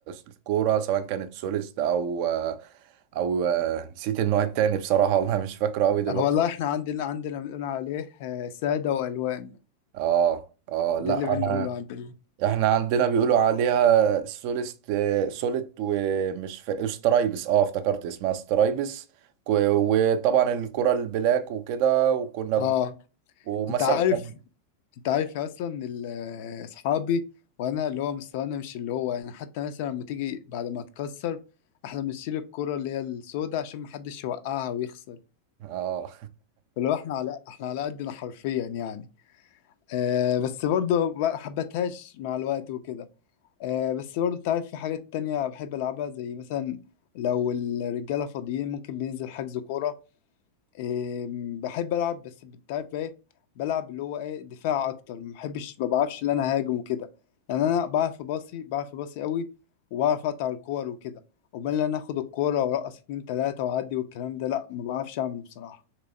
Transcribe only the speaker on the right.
الكورة سواء كانت سوليست او او نسيت النوع التاني بصراحة والله مش فاكره قوي دلوقتي
اه اه
لا
انا
احنا عندنا بيقولوا عليها سوليست سوليت ومش فا... سترايبس اه افتكرت اسمها سترايبس كو- وطبعا الكرة البلاك وكده وكنا
ب... ومثلا
اه